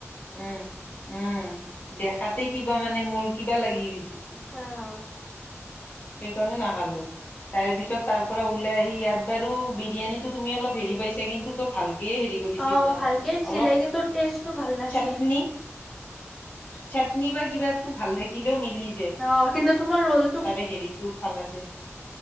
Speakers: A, on the left; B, in the centre.
A: উম উম দেখাতে কিবা মানে মোৰ কিবা লাগি গৈছে।
B: অ
A: সেইকাৰণে নাহালো। তাৰ পিছত তাৰ পৰা ওলাই আহি ইয়াত বাৰু বিৰিয়ানী তুমি অলপ হেৰি পাইছা কিন্তু তো ভাল হিয়ে হেৰি কৰিছিল
B: অ
A: ন
B: ভালকে দিছিলে
A: অলপ
B: কিন্তু টেষ্টটো ভাল নাছিল
A: চাটনি। চাটনি বা কিবাটো ভাল থাকিলেও মিলি
B: অ কিন্তু তোমাৰ ৰল
A: তাৰে হেৰিটো ভান আছে।